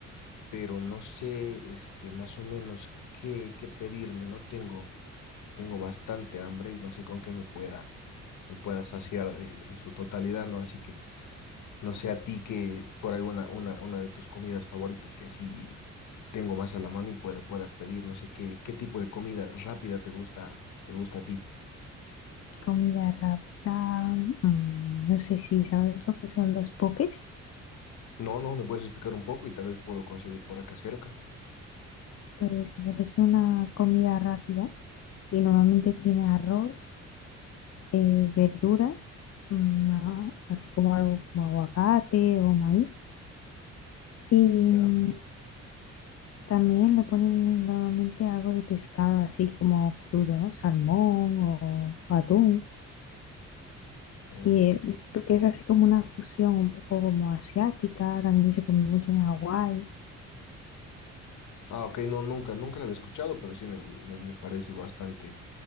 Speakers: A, on the left; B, on the left.
A: pero no sé, este, más o menos qué, qué pedirme. No tengo, tengo bastante hambre y no sé con qué me pueda, me pueda saciar de- en su totalidad, ¿no? Así que No sé a ti que por alguna una, una de tus comidas favoritas que así tengo más a la mano y pueda, pueda pedir, no sé qué, qué tipo de comida rápida te gusta, te gusta a ti.
B: comida rápida, mm, no sé si sabes lo que son los poques,
A: No, no, me puedes explicar un poco y tal vez puedo conseguir por acá cerca.
B: pues a ver, es una comida rápida y normalmente tiene arroz. eh, verduras, mm, a- así como algo como aguacate o maíz. Y
A: Ya,
B: mm, también le ponen normalmente algo de pescado, así como crudo, ¿no? Salmón o atún.
A: ok.
B: Y es, porque es así como una fusión un poco como asiática, también se come mucho en Hawái.
A: Ah, ok, no, nunca, nunca la había escuchado, pero sí me, me, me parece bastante,